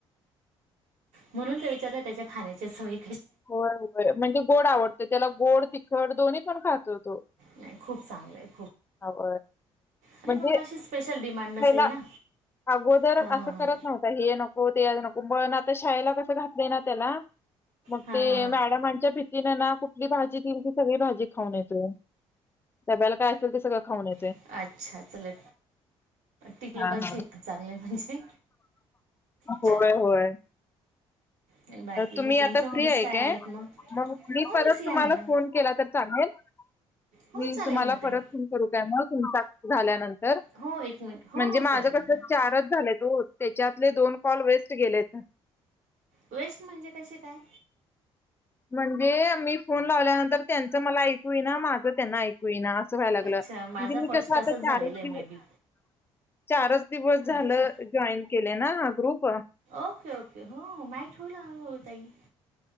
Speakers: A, on the right; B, on the left.
A: म्हणून ते विचारले त्याच्या खाण्याच्या सव -
B: होय, होय म्हणजे गोड आवडत त्याला गोड तिखड दोन्ही पण खा- <inaudible>
A: नाही, खूप चांगलंय खूप!
B: ओय
A: अरे
B: म्हणजे
A: पण माझी स्पेशल डिमांड नसेल
B: पहिला
A: ना
B: अगोदर
A: हां
B: असं
A: हां हां
B: करत नव्हता- 'हे नको, ते नको 'पण आता शाळेला कस घातलं ना त्याला? मग
A: हां
B: ते
A: हां
B: मॅडमांच्या भीतीनें ना कुठली भाजी देईल ती सगळी भाजी खाऊन येत हो तब्याला काय असेल ते सगळं खाऊन यायचे,
A: हां अच्छा चला टीक लोकांचं
B: हा, हा!
A: एक चांगलं आहे म्हणजे
B: होय
A: छान
B: होय
A: आणि बाकी
B: तुम्ही
A: मग तुमच्या
B: आता-
A: हॉबीज
B: फ्री आहे काय?
A: आहेत
B: मग मी
A: हो
B: परत
A: फ्री
B: तुम्हाला
A: आहे ना
B: फोन केला तर चालेल?
A: हो
B: मी
A: चालेल
B: तुम्हाला
A: ना
B: परत
A: ताई
B: फोन करू काय मग? हिंता झाल्यानंतर तर
A: हो एक मिनिट हो
B: म्हणजे
A: हो
B: माझं
A: चालेल
B: कस
A: ना
B: चारच झालंय ओ त्याच्यातले दोन कॉल वेस्ट गेलेत न
A: वेस्ट म्हणजे कसे काय?
B: म्हणजे मी फोन लावल्यानंतर त्यांच मला ऐकू ना माझं त्यांना ऐकू ना असं व्हायला लाग
A: अच्छा माझा
B: म्हणजे मी
A: फर्स्ट
B: कस आता
A: तसंच
B: चारच
A: झालेलं आहे
B: दिव
A: मे बी
B: चारच दिवस झाल
A: अच्छा
B: जईन केले ना ग्रुप
A: ओके ओके हो हो माहीत होईल हळूहळू ताई